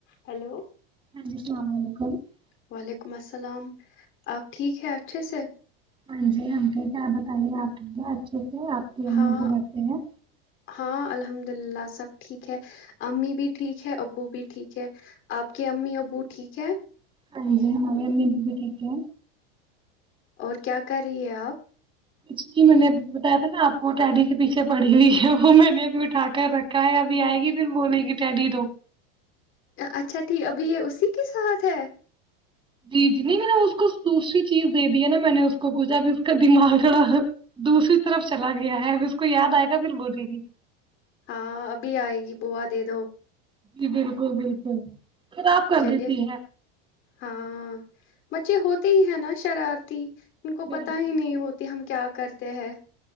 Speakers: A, on the left; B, on the right.
A: Hello
B: <inaudible>
A: وعلیکم السلام آپ ٹھیک ہیں اچھے سے
B: ہاں جی ہم ٹیک ہےپ بتائیے آپ ٹیک ہے آج آپ کی امی
A: ہاں
B: بگاتے ہیں
A: ہاں الحمد للہ سب ٹھیک ہے امی بھی ٹھیک ہے ابو بھی ٹھیک ہے آپ کے امی ابو ٹھیک ہے
B: ہاں جی ہمارے بھی ٹھیک ہے
A: اور کیا کر رہی ہے آپ
B: چی میں نے بتایا تھا نا آپ کو ڈٹیڈی کے پیچھے پڑی ہوئی ہے وہ میں نے ابھی اٹھا کر رکھا ہے ابھی آئے گی پھر بولے گی ٹیڈی دو
A: اچھا ٹھیک ابھی یہ اسی کی سحھ ہے
B: جی جی نہیں میں نے اس کو دوسری چیز دے د ہے نا میں نے اس کو کچھ ابھی اس کا دماغ بڑا دوسری طرف چلا گیا ہے اب اس کو یاد آئے گا پھر بولے گی
A: ہاں ابھی آئے گی بووا دے دو
B: جی بالکل بالکل خراب کر
A: چلیے
B: دیتی ہے
A: ہاں بچے ہوتے ہی ہیں نا شرارتی ان کو پت
B: بالکل
A: ہی نہیں ہوتی ہم کیا کرتے ہیں